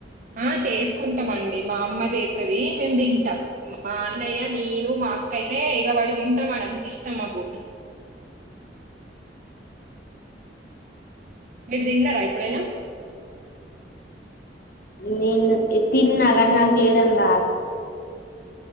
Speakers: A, on the right; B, on the left.
A: ఆ చేసుకుంటామండి మా అమ్మ చేత్తది మేము తింటాం మా అన్నయ్య నేను మా అక్క అయితే ఎగవడి తిన్ తింటాం ఆడ అంత ఇష్టం మాకు మీరు తిన్నారా ఎప్పుడైనా
B: నేను తిన్నా గాని నాకు చేయడం రాదు